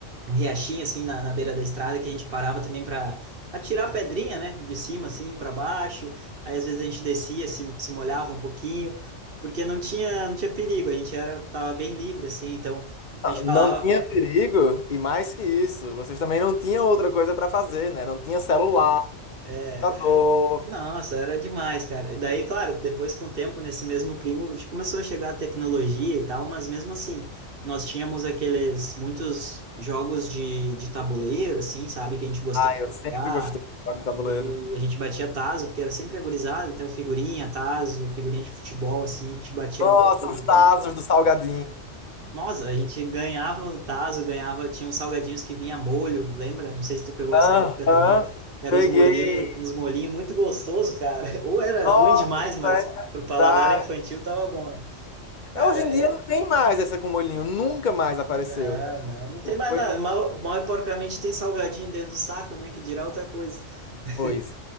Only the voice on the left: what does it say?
Não tinha perigo, e mais que isso, vocês também não tinham outra coisa pra fazer, né? Não tinha celular,
computador.
Ai,
eu sempre
gostei de jogar de tabuleiro.
Nossa,
os Tazos do Salgueiro.
Aham.
Peguei.
Nossa,
é
verdade.
Hoje em
dia não tem mais essa com molhinho, nunca mais apareceu,
né?
Tipo,
Foi
muita
coisa.